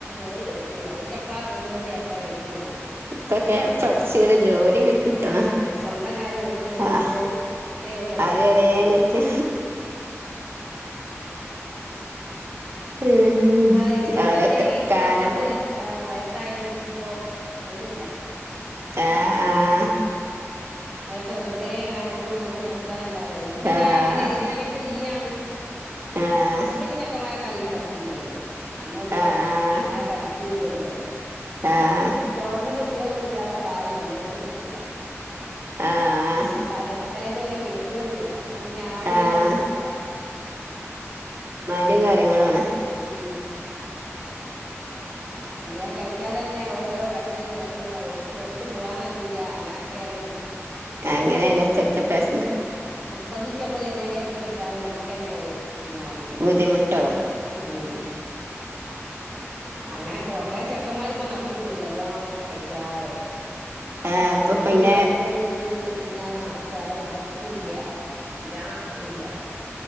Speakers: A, in the centre; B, on the right.
A: ഓല് കയിക്കൂല ഓൽക്ക് എപ്പളാ തോന്ന്ണത് എപ്പഴാ കയിക്ക്ള്ളൂ
B: ഇപ്പക്കെ പഠിച്ച്ങ്ങട്ട് ജോലി ഇങ്ങട്ട് കിട്ടണം
A: ആഹ് അതെ സ്വന്തം കാലിൽ നിക്ക് നിന്നിട്ടേ
B: ആഹ്
A: ഒരു കല്യാണം
B: അത് വരെ
A: കഴിക്കുള്ളൂ
B: നിക്ക് ഉം
A: ഇപ്പ ഒരു ഇരുപത്തേഴ്
B: ഓരോ
A: ഇരുപത്തെട്ട്
B: കാലം പോ
A: ഏ വയസ് ആയോര്ക്കൊന്നുപ്പോ പെണ്ണ്ല്ല
B: ആഹ് ആഹ്
A: ഓലൊക്കെ വെറ്തേങ്ങനെ അങ്ങാട്ടുങ്ങാട്ടും നോ നടക്കാനല്ലാതെ ഓർക് പിന്നെ
B: ആഹ്
A: അങ്ങനെ എഡ്യൂക്കേഷൻ ഇല്ലയാണു
B: ആഹ്
A: ഇപ്പ പിന്ന ചെക്കമാര് എല്ലം പഠിക്കിണ്ടല്ലോ അന്നൊന്നും
B: ആഹ് ആഹ്
A: അങ്ങനെ പഠി <unintelligible>
B: ആഹ് ആഹ്
A: ഗവൺമെന്റ് ഉദ്യോഗോന്നുല്ലാത്തപ്പാരും കല്യാണത്തിന് നിക്കൂല്ല.
B: ആഹ്
A: പിന്നെ പലെ പലേതുല്ലേ കേക്ക്ണത് അപ്പൊ പിന്നെ ആര്
B: ആഹ്
A: കല്യാണത്തിന്ക്കൂല
B: ന്റും കാര്യങ്ങളാണ്
A: മ് കല്യാണം കഴിച്ചാ തന്നെ ഓരോരോ കച്ചറീം പ്രശ്നവും ഒ ഒത്തു പോവാൻ കഴിയൂല അങ്ങനൊക്കേണ്.
B: അങ്ങനെയാണ് ഇപ്പത്തെ പ്രശ്നം
A: ബന്ധിച്ച് നമ്മള് കല്യാണം കഴിപ്പിച്ച് കൊടുത്താല് ഞമ്മക്ക് തന്നെയാകും വിന ആവും ചെയ്യാ
B: ബുദ്ധിമുട്ടാവും.
A: ഉം അങ്ങനെ കൊറേ ചെക്കന്മാരിപ്പോ നടക്കണ്ട് കല്യാണോ കഴിക്കാതെ.
B: ആഹ് ഇപ്പൊ
A: പെണ്ണ്
B: പിന്നെ
A: കണ്ടിട്ട് ഇങ്ങനെ നടക്ക ക്ക് അതങ്ങട് നടപ്പൂല്ല കല്യാണം ആക്കൂല്ല